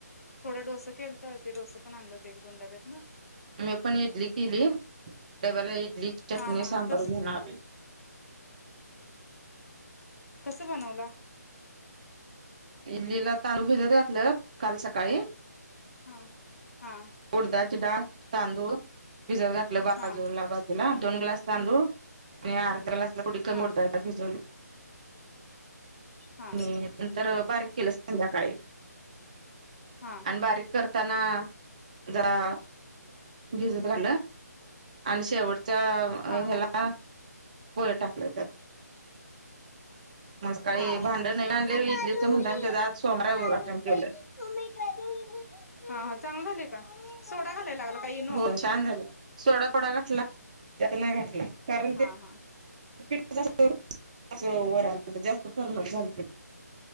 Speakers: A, on the left; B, on the right.
A: थोडं डोसं केलं तर जे डोंस पण आणलं होते एक दोन डब्यात नं.
B: मी पण इडली केली. डब्याला एक ली चटणी
A: हा हा
B: सांबर
A: कस
B: घेऊन आलोय.
A: कस बनवला?
B: इडलीला तांदूळ भिजत घातलं काल सकाळी.
A: हा हा.
B: उडदाची डाळ तांदूळ भिजत घातलं बाजूला
A: हा
B: बाजूला. दोन ग्लास तांदूळ आणि अर्ध ग्लासला थोडी कमी
A: हा
B: डाळ उडदाची
A: हा
B: डाळ भिजवली.
A: हा
B: आणि नंतर बारीक केलं संध्याकाळी
A: हा
B: आणि बारीक कर. ताना जरा भिजत घालं. आणि शेवटच्या ह्याला
A: हा
B: पोहे टाकले त्यात मग सकाळी.
A: हा मम्मा
B: भांड नवीन आणले
A: काढून
B: इडलीच म्हणता
A: दे.
B: आणि त्याच आज सोमवार
A: हे
B: आहे
A: काढून
B: उद्घाटन
A: दे
B: केलं
A: मम्मी काढून दे. हा हा चांगल झाले का? सोडा घालायला लागला का इनो
B: हो छान झाला सोडा थोडा घातला जास्त नाही घातला. कारण
A: हा
B: ते
A: हा.
B: <unintelligible> जास्त गरम झालत ते.